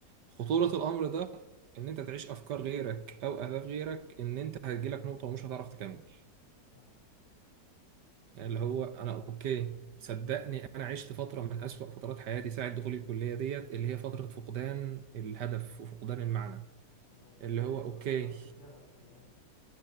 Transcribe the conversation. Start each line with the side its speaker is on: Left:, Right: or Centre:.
Right: خطوره الامر ده ان انت تعيش افكار غيرك او اهداف غيرك ان انت هتجيلك نقطه ومش هتعرف تكمل
Left: فاهم
Right: يعني
Left: يبقى
Right: اللي هو
Left: انت
Right: انا اوكي صدقني انا عشت فتره من اسوأ فترات حياتي ساعه دخولي الكليه ديت اللي هي فتره فقدان الهدف وفقدان المعنى
Left: طب ما انت
Right: اللي
Left: كده
Right: هو
Left: يبقى
Right: اوكي
Left: فقدت الشغف كمان